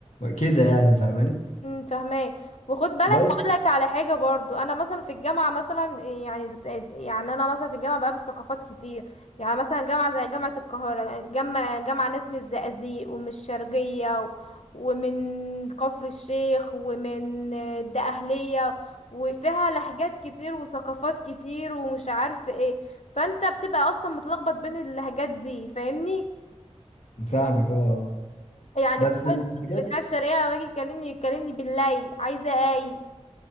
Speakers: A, on the left (about 85°); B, on the left (about 70°).
A: كده يعني فاهماني
B: امم فاهماك وخد بالك
A: بس
B: هقول لك على حاجه برضو انا مثلا في الجامعه مثلا يعني يعني انا مثلا في الجامعه بقابل ثقافات كتير يعني مثلا جامعه زي جامعه القاهره جامعه جامعه ناس من الزقازيق ومن الشرقيه و- ومن كفر الشيخ ومن الدقهليه وفيها لهجات كتير وثقافات كتير ومش عارف ايه فانت بتبقى اصلا متلخبط بين اللهجات دي فاهمني
A: فاهمك اه آه.
B: يعني
A: بس
B: بتاع
A: اللهجات
B: بتاع الشرقيه لما يجي يكلمني يكلمني باللي عايزه اي